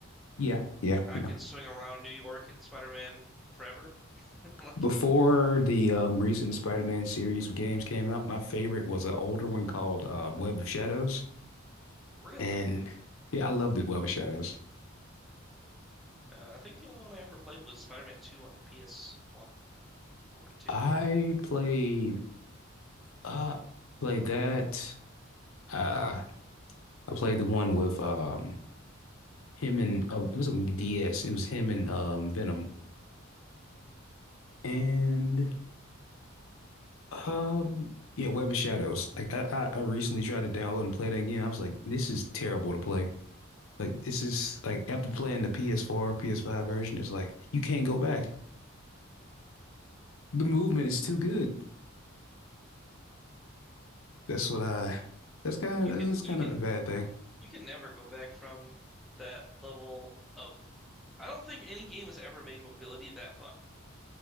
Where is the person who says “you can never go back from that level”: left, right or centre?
Centre